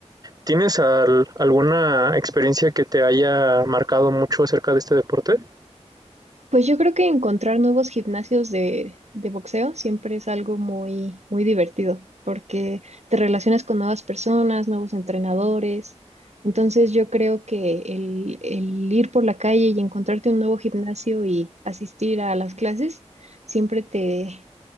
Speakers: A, on the right; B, on the right.
A: ¿Tienes al- alguna experiencia que te haya marcado mucho acerca de este deporte?
B: Pues yo creo que encontrar nuevos gimnasios de, de boxeo siempre es algo muy, muy divertido, porque te relacionas con nuevas personas, nuevos entrenadores. Entonces yo creo que el, el ir por la calle y encontrarte un nuevo gimnasio y asistir a las clases siempre te,